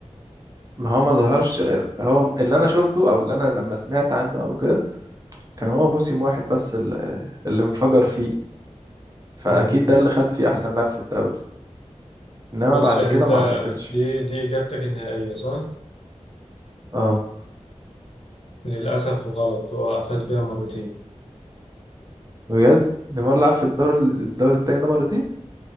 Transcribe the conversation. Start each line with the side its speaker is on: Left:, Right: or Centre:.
Right: ما هو ما ظهرش غير هو اللي انا شفته او اللي انا لما سمعت عنه او كده كان هو موسم واحد بس ال- اللي انفجر فيه فأكيد
Left: مم.
Right: ده اللي خد فيه أحسن لاعب في الدوري إنما
Left: بص
Right: بعد
Left: يعني
Right: كده
Left: انت
Right: ما أعتقدش
Left: دي دي إجابتك النهائية صح؟
Right: اه
Left: للأسف غلط هو فاز بيها مرتين
Right: بجد نيمار لعب في الدوري الدوري التاني ده مرتين